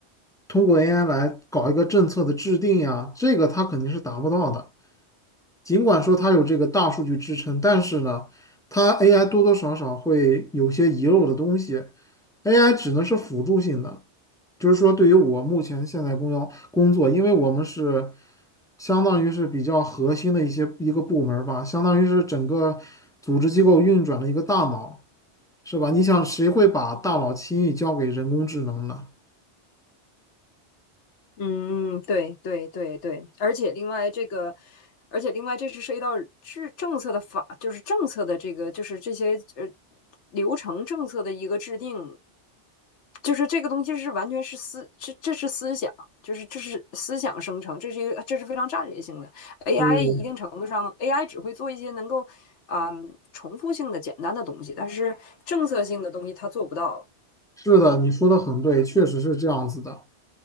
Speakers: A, in the centre; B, on the left.
A: 通过 AI 来搞一个政策的制定呀，这个它肯定是达不到的。尽管说它有这个大数据支撑，但是呢，它 AI 多多少少会有些遗漏的东西，AI 只能是辅助性的，就是说对于我目前现在工作工作，因为我们是相当于是比较核心的一些一个部门儿吧，相当于是整个组织机构运转的一个大脑，是吧？你想谁会把大脑轻易交给人工智能呢？
B: 嗯，嗯，对对对对，而且另外这个，而且另外这是涉及到制政策的法，就是政策的这个，就是这些呃流程政策的一个制定，就是这个东西是完全是思，这这是思想，就是这是思想生成，这是一个这是非常战略性的 AI。
A: 对，
B: 一定程度上，AI 只会做一些能够啊、嗯重复性的简单的东西，但是政策性的东西它做不到。
A: 是的，你说的很对，确实是这样子的。